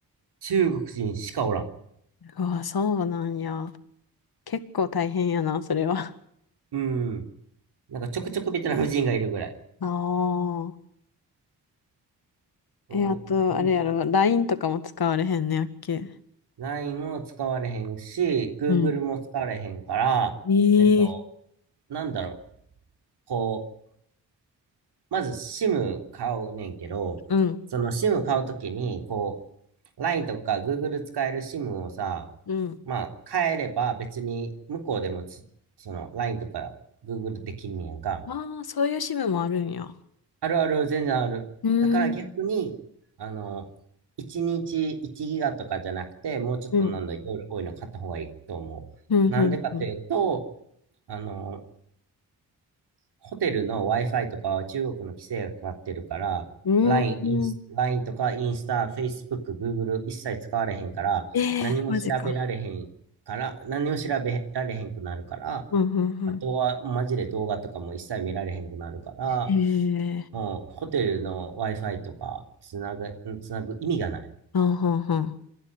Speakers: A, on the right; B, on the left.
A: 中国人しかおらん。
B: うわ、そうなんや。結構大変やな、それは。
A: うん。なんか、ちょくちょくベトナム人がいるぐらい。
B: <laughs> ああ。
A: そう、
B: え、あと、あれやろ、
A: ほんと。
B: LINE とかも使われへんねやっけ。
A: LINE も使われへんし、Google
B: うん。
A: も使われへんから、
B: ええ
A: えっと、なんだろう。こう、まず SIM 買うねんけど、
B: うん、
A: その SIM 買うときに、こう、LINE とか Google 使える SIM をさ、
B: うん。
A: まあ、変えれば別に向こうでもつ、その LINE とか Google できんねやんか。
B: ああ、そういう支部もあるんや。
A: あるある、全然ある。
B: うーん、
A: だから逆に、あの、1日1ギガとかじゃなくて、もうちょっとなんだ、
B: うん、
A: 夜多いの買った方がいいと思う。
B: うん、
A: なんでかというと、
B: うん、うん。
A: あの、ホテルの Wi-Fi とかは中国の規制がかかってるから、
B: うー
A: LINE、インス
B: ん
A: LINE とかインスタ、Facebook、Google 一切使われへんから、
B: ええマジか。
A: 何も調べられへんから、何も調べられへんくなるから、
B: うん、うん、うん。
A: あとはマジで動画とかも一切見られへんくなるから、
B: ええ
A: もうホテルの Wi-Fi とかつなぐ、つなぐ意味がない。
B: あんはんはん。